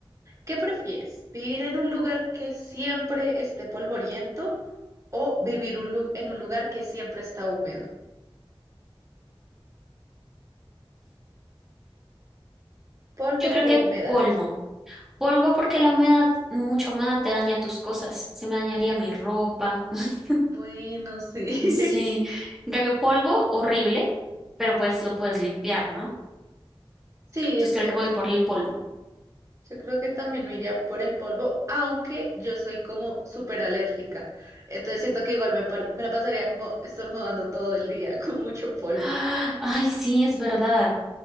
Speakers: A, on the right (about 35°); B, in the centre.
A: ¿Qué prefieres? ¿Vivir en un lugar que siempre esté polvoriento? O vivir un lu- en un lugar que siempre está húmedo. Polvo
B: Yo creo
A: o
B: que
A: humedad.
B: polvo. Polvo porque la humedad, mucha humedad te daña tus cosas. Se me dañaría mi ropa. <laughs>
A: Bueno, sí.
B: Sí,
A: <laughs>
B: En cambio, polvo, horrible, pero pues lo puedes limpiar, ¿no?
A: Sí,
B: Entonces
A: es
B: creo
A: cierto.
B: que me voy por el polvo.
A: Yo creo que también me iría por el polvo, aunque yo soy como súper alérgica. Entonces siento que igual me, pa- me la pasaría como estornudando todo el día <laughs> con mucho polvo.
B: ¡Ah! Ay, sí, es verdad.